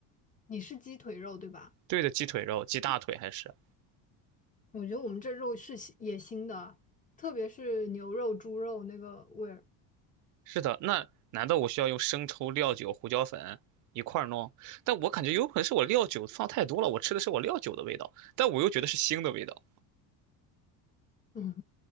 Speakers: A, on the left; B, on the right.
A: 你是鸡腿肉对吧？
B: 对的，鸡腿肉、鸡大腿还是
A: 我觉得我们这肉是野也腥的，特别是牛肉、猪肉那个味儿，
B: 是的。那难道我需要用生抽、料酒、胡椒粉一块儿弄？但我感觉有可能是我料酒放太多了，我吃的是我料酒的味道，但我又觉得是腥的味道。
A: 嗯，